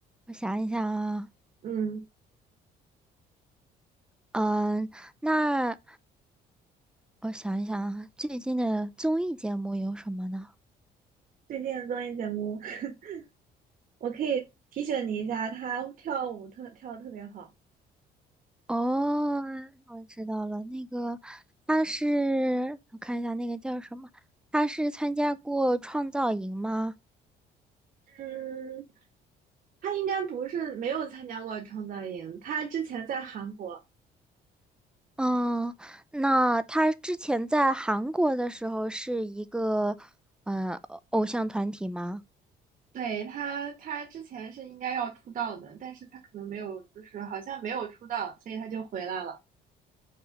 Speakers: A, in the centre; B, on the right.
A: 我想一想啊，
B: 嗯，
A: 嗯，那我想一想啊，最近的综艺节目有什么呢？
B: 最近的综艺节目，<laughs> 我可以提醒你一下，他跳舞特跳的特别好。
A: 哦，我知道了，那个他是，我看一下那个叫什么，他是参加过创造营吗？
B: 嗯，他应该不是没有参加过创造营，他之前在韩国，
A: 嗯，那他之前在韩国的时候是一个，嗯偶像团体吗？
B: 对，他他之前是应该要出道的，但是他可能没有，就是好像没有出道，所以他就回来了。